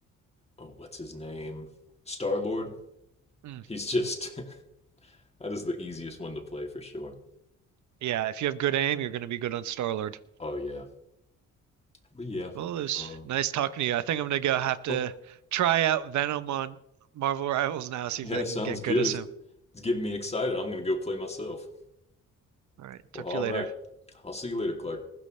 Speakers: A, on the left (about 20°); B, on the right (about 70°).
A: oh what's his name? Star Lord.
B: Mm.
A: He's just <laughs> that is the easiest one to play for sure.
B: Yeah, if you have good aim, you're going to be good on Star-Lord.
A: Oh yeah. But yeah.
B: Well, it was
A: Um
B: nice talking to you. I think I'm going to go have to
A: oh
B: try out Venom on Marvel Rivals now, see
A: yeah,
B: if I
A: sounds
B: can get
A: good.
B: good as
A: It's,
B: him.
A: it's getting me excited. I'm gonna go play myself.
B: All right,
A: Well
B: talk
A: all
B: to you later.
A: right. I'll see you later, Clark.